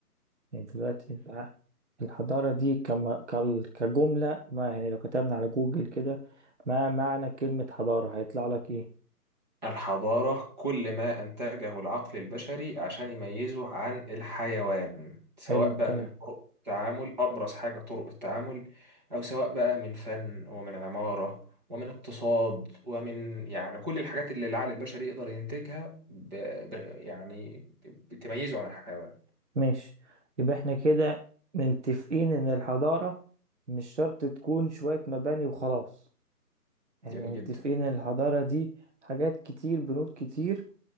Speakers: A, on the right; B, on the right.
A: يعني دلوقتي أنت ع- الحضارة دي كما كال- كجملة ما يعني لو كتبنا على جوجل كده ما معنى كلمة حضارة هيطلع لك إيه؟
B: الحضارة كل ما أنتجه العقل البشري عشان يميزه عن الحيوان سواء
A: حلو الكلام
B: بقى من طرق التعامل أبرز حاجة طرق التعامل أو سواء بقى من فن ومن عمارة ومن اقتصاد ومن يعني كل الحاجات اللي العقل البشري يقدر ينتجها ب... ب... يعني ب- بتميزه عن الحيوان
A: ماشي يبقى احنا كده متفقين ان الحضارة مش شرط تكون شوية مباني وخلاص يعني
B: جميل
A: متفقين
B: جدا
A: ان الحضارة دي حاجات كتير بنود كتير